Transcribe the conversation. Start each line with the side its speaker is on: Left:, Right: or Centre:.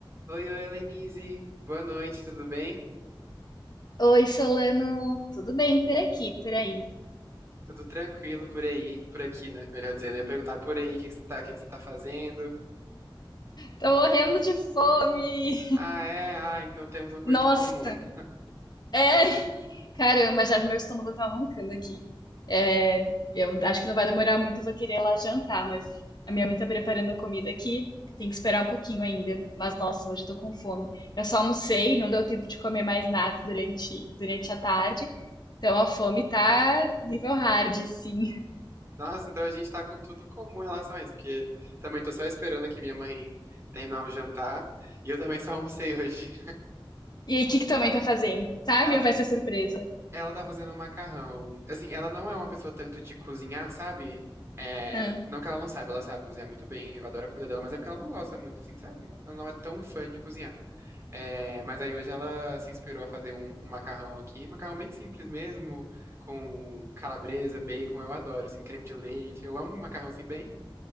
Right: Oi, oi, Lenise. Boa noite, tudo bem?
Left: Oi, Solano, tudo bem por aqui, por aí?
Right: Tudo tranquilo por aí, por aqui, né? Melhor dizendo, eu ia perguntar por aí o que que você tá, o que que você tá fazendo.
Left: Tô morrendo de fome.
Right: Ah, é? Ah, então temos uma coisa
Left: Nossa,
Right: em comum. <laughs>
Left: é. Caramba, já meu estômago tá roncando aqui. É, eu acho que não vai demorar muito, eu vou querer ir lá jantar, mas a minha mãe tá preparando a comida aqui. Tem que esperar um pouquinho ainda. Mas nossa, hoje eu tô com fome. Eu só almocei, não deu tempo de comer mais nada durante, durante a tarde. Então a fome tá nível hard, sim.
Right: Nossa, então a gente tá com tudo em comum em relação a isso, porque também tô só esperando aqui minha mãe terminar o jantar e eu também só almocei hoje.
Left: E aí, o que que tua mãe tá fazendo?
Right: <laughs>
Left: Sabe?
Right: Ela,
Left: Ou vai ser surpresa?
Right: ela tá fazendo um macarrão. Assim, ela não é uma pessoa tanto de cozinhar, sabe? É,
Left: Hum,
Right: não que ela não saiba, ela sabe cozinhar muito bem. Eu adoro a comida dela, mas é porque ela não gosta muito, assim, sabe? Ela não é tão fã de cozinhar. É, mas aí hoje ela se inspirou a fazer um, um macarrão aqui, macarrão bem simples mesmo, com calabresa, bacon, eu adoro, assim, creme de leite, eu amo um macarrão assim bem,